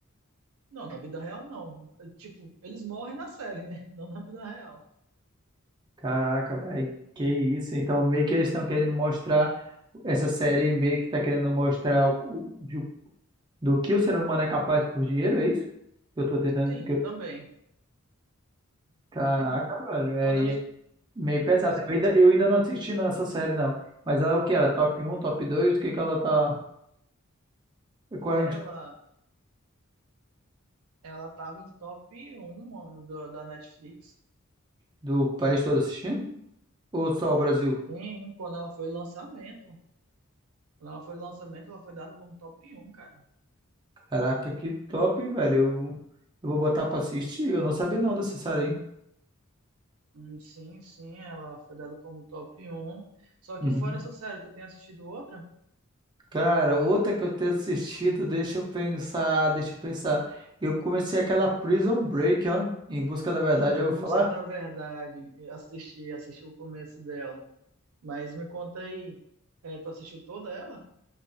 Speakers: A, on the right; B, on the right.
A: Não, na vida real não. Tipo, eles morrem na série, né? <laughs> Não na vida real.
B: Caraca, velho. Que isso. Então, meio que eles estão querendo mostrar. Essa série meio que tá querendo mostrar o- o- de- do que o ser humano é capaz por dinheiro, é isso? Que eu tô tentando.
A: Sim,
B: que
A: também.
B: Caraca,
A: Sim,
B: velho. É,
A: podemos
B: e é meio
A: dizer
B: pesado.
A: que sim.
B: Eu ainda, eu ainda não assisti não, essa série, não. Mas ela é o que? Ela é top um, top 2? O que que ela tá. Qual
A: Ela,
B: é o indi-
A: ela tava em top um mano, do- da Netflix.
B: do país todo assistindo? Ou só o Brasil?
A: Sim, quando ela foi lançamento, quando ela foi lançamento, ela foi dada como top um cara.
B: Caraca, que top, hein, velho. Eu, eu vou botar pra assistir. Eu não sabia não dessa série, hein?
A: Hum, Sim, sim, ela foi dada como top um Só que
B: Uhum.
A: fora essa série, tu tem assistido outra?
B: Cara, outra que eu tenho assistido, deixa eu pensar, deixa eu pensar. Eu comecei aquela Prison Break, ó. Em Busca da Verdade, já
A: Em
B: ouviu
A: Busca
B: falar?
A: da Verdade. Eu Assisti, assisti o começo dela. Mas me conta aí, é, tu assistiu toda ela?